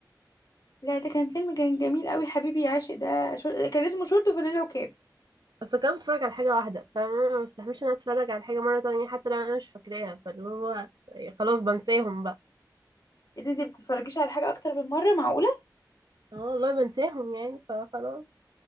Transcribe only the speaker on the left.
لا ده كان فيلم كان جميل قوي حبيبي يا عاشق ده شور... كان اسمه شورت فانيلا وكاب
ايه ده انت بتتفرجيش على حاجه اكتر من مره معقوله